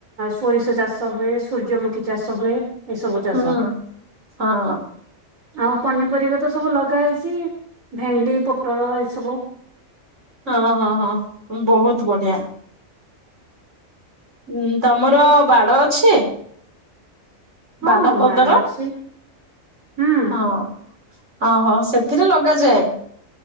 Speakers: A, on the right; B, on the right.
A: ସୋରିଷ ଚାଷ ହୁଏ, ସୂର୍ଯ୍ୟମୁଖୀ ଚାଷ ହୁଏ ଏସବୁ ଚାଷ
B: ହୁଁ ହଁ।
A: ଆଉ ପନିପରିବା ତ ସବୁ ଲଗା ହେଇଚି ଭେଣ୍ଡି, ପୋଟଳ ଏସବୁ
B: ହଁ ହଁ ହଁ ବହୁତ ବଢିଆ। ଉଁ ତମର ବାଡ଼ ଅଛି?
A: ହଁ
B: ବାଡ ପଦର
A: ବାଡ଼ ଅଛି। ହୁଁ।
B: ଓ ଓହୋ ସେଥିରେ ଲଗାଯାଏ?